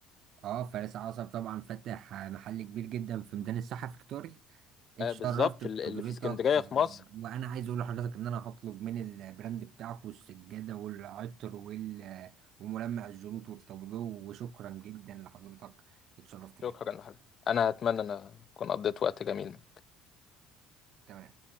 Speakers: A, on the right; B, on the left.
A: اه فارس عصر طبعا فاتح آه، محل كبير جدا في ميدان الساحة فيكتوريا اتشرفت
B: آه بالظبط
A: بحضرتك
B: اللي اللي في اسكندرية
A: آه،
B: في مصر
A: وانا عايز اقول لحضرتك ان انا هطلب من البراند بتاعك والسجادة والعطر وال آه، وملمع الجلوط والتابلو وشكرا جدا لحضرتك اتشرفت بيكم
B: شكرا يا حبيبي. انا اتمنى ان اكون قضيت وقت جميل معاك.
A: تمام